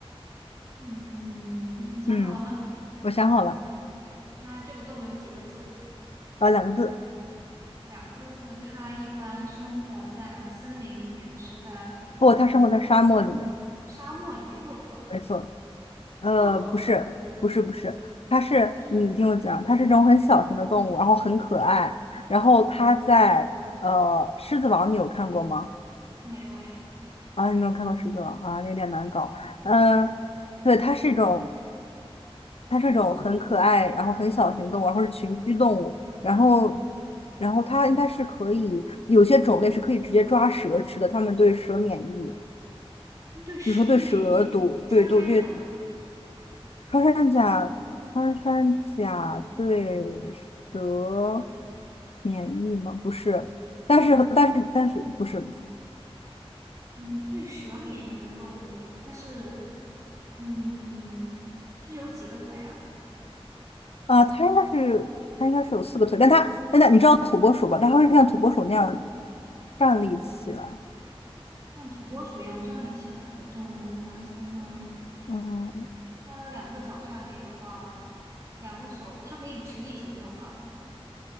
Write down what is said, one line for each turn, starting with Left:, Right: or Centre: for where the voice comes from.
Right: 嗯，你想好了吗？
Left: 嗯，我想好了，
Right: 它这个动物有几个字？
Left: 啊，两个字，
Right: 两个字，它一般生活在森林里面，还是在我们
Left: 不，它生活在沙漠里面，
Right: 沙漠里面？骆驼，
Left: 没错，呃，
Right: 骆驼，
Left: 不是，不是，不是，它是，
Right: 嗯
Left: 你听我讲，它是这种很小型的动物，
Right: 嗯，
Left: 然后很可爱，然后它在呃《狮子王》，你有看过吗？
Right: 没有诶。
Left: 啊，你没有看过《狮子王》啊，有点难搞。嗯，对，它是一种，它是一种很可爱，然后很小型动物，然后是群居动物，然后，然后它应该是可以，有些种类是可以直接抓蛇吃的，它们对蛇免疫，
Right: 对蛇免疫，
Left: 比如说对蛇毒，
Right: 穿山甲，
Left: 对毒对穿山甲，穿山甲对蛇免疫吗？不是，但是但是但是不是不是
Right: 嗯，对蛇免疫的动物，它是，嗯，它是有几个腿啊？
Left: 啊，它应该是它应该是有四个腿，但它但它你知道土拨鼠吧？它会像土拨鼠那样站立起来。
Right: 像土拨鼠一样站立起来的动物有哪些呢？
Left: 嗯
Right: 它两个脚站立的话，两个手，它可以直立行走吗？